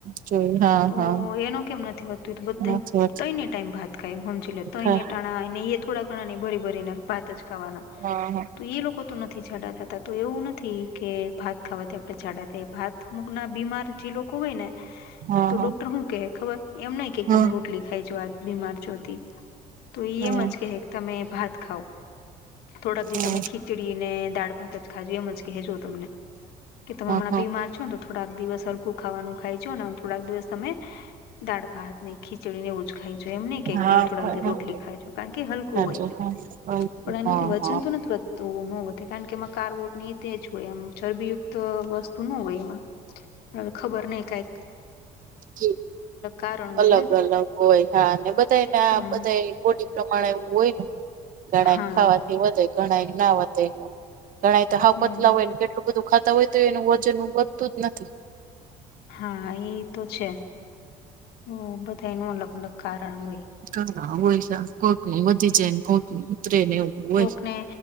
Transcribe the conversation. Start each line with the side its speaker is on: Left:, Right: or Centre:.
Right: જોય હા
Left: તો
Right: હા
Left: એનો કેમ નથી તો તે બધાય
Right: નથી હોતું
Left: ત્રણેય ટાઈમ ભાત ખાય સમજી લો ત્રણેય
Right: હા
Left: ટાળા. એ ઈએ નઈ થોડા ઘણા ને ભરી ભરીને ભાત જ ખાવાના
Right: હા હા.
Left: તો એ લોકો તો નથી જાડા થતા તો એવું નથી કે ભાત ખાવાથી આપણે જાડા થાય. ભાત અમુક બીમાર જે લોકો હોય ને
Right: હા
Left: તો
Right: હા
Left: ડોક્ટર હું કે ખબર એમ નહિ કે
Right: હા
Left: તમે રોટલી ખાઈ જાવ આજ બિમાર છો તોય તો ઈ
Right: હા
Left: એમજ કહે કે તમે ભાત ખાઓ થોડાક દી
Right: હા
Left: તમે ખીચ ખીચડી ને દાળ ભાત જ ખાજો એમ જ કહેજો તમને કે તમે હમણાં
Right: હા
Left: બીમાર છો ને તો. થોડાક દિવસ હલકું ખાવાનું ખાય છે ને થોડાક દિવસ તમે દાળ ભાત ખી. ખ નેવું ખાઈ જાએ એમને કે
Right: હા
Left: તમે થોડા
Right: હા હા
Left: ર રોટલી ખાય કારણ કે હલકું
Right: સાચું
Left: હોય
Right: હા
Left: પણ એનાથી
Right: હા
Left: વજન
Right: હા
Left: તો વધતું. તો ન વધે કારણ કે એમાં કાર્બોટ ની તે જ હોય એમ ચરબીયુક્ત વસ્તુ ન હોય એમાં. હ ખબર નહી કઈ
Right: છે
Left: કારણ હોય
Right: અલગ
Left: ને
Right: અલગ હોય હા બધાને
Left: હા
Right: બધા બોડી પ્રમાણે એવું હોય ને ઘણા
Left: હા
Right: એને ખાવાથી વધે ઘણા એ ના વધે ને. ઘણા તો હાવ
Left: હમ
Right: પતલા હોય ને કેટલું બધુ ખાતા હોય તો એનું વજન વધતું જ નથી.
Left: હા એ તો છે હ બધા એનું અલગ અલગ કારણ હોય.
Right: કા હોય સા કોઈક નું વધી જાય ને કોઈક ઉતરે નહીં એવું. હોય.
Left: કોકને